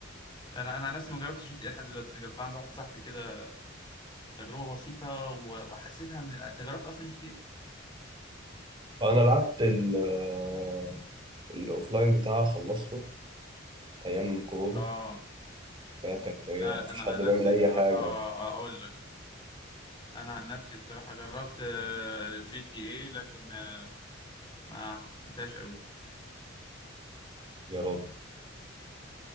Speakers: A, on the left (about 25°); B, on the right (about 25°).
A: انا انا عن نفسي ما جربتش جي تي إيه لحد دلوقتي انا جربت عند واحد صاحبي كده تجربه بسيطه و- وحسيتها من ال... انت جربت اصلا جي تي إيه؟
B: فانا لعبت ال آه، الاوفلاين بتاعها خلصته ايام كورونا
A: اه
B: فهي كانت ايه
A: لا
B: ما
A: لا
B: فيش
A: انا
B: حد
A: عن
B: بيعمل
A: نفسي
B: اي
A: بصراحه
B: حاجه
A: اقول لك انا عن نفسي بصراحه جربت جي تي اي لكن آه، ما حسيتهاش قوي
B: يا راجل